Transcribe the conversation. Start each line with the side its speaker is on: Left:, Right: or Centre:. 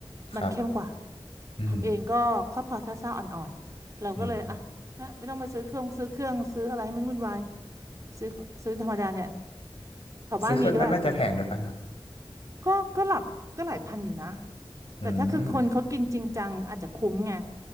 Left: ครับ
Right: มันเข้มกว่า
Left: อืม
Right: ทำเองก็ก็พอซ่าซ่าอ่อนๆเราก็เลยอ่ะไม่ไม่ต้องไปซื้อเครื่องซื้อเครื่องซื้ออะไรให้มันวุ่นวาย
Left: อืม
Right: ซื้อซื้อธรรมดาเนี่ยแถวบ้านมีด้วยก็เลยสะดวก
Left: ซื้อเครื่องนั้นน่าจะแพงด้วยป่ะฮะ
Right: ก็ก็หลักก็หลายพันอยู่นะ
Left: อืม
Right: แต่ถ้าคือคนเขากินจริงจังอาจจะคุ้มไง